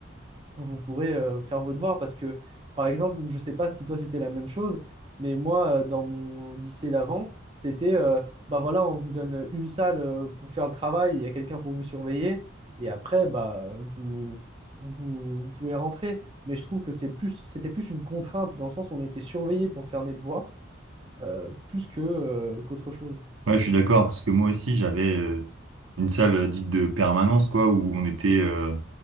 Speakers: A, on the right (about 25°); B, on the right (about 80°).
A: vous pourrez euh, faire vos devoirs parce que, par exemple, je ne sais pas si toi c'était la même chose, mais moi, euh, dans mon lycée d'avant, c'était, euh, bah voilà, on vous donne une salle euh, pour faire le travail, il y a quelqu'un pour vous surveiller, et après, bah, euh, vous, vous, vous pouvez rentrer. Mais je trouve que c'est plus, c'était plus une contrainte, dans le sens où on était surveillé pour faire nos devoirs, euh, plus que, euh, qu'autre chose.
B: Ouais, je suis d'accord, parce que moi aussi, j'avais euh, une salle euh, dite de permanence, quoi, où on était... euh,